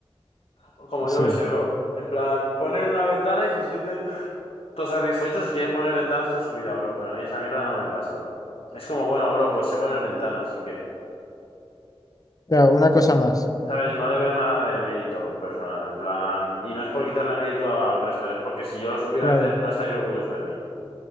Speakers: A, on the left; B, on the left.
A: Como
B: sí,
A: yo que sé, bro. En plan, ponen una ventana y se sienten. Todos satisfechos y quieren poner ventanas toda su vida, bro. Pero a mí esa mierda no me pasa, bro. Es como, bueno, bro, pues sé poner ventanas, así que,
B: claro, una cosa más,
A: ¿sabes? No le veo nada de mérito personal, en plan... Y no es por quitarle mérito al resto, es porque si yo lo supiera
B: claro,
A: hacer, no estaría orgulloso de mí.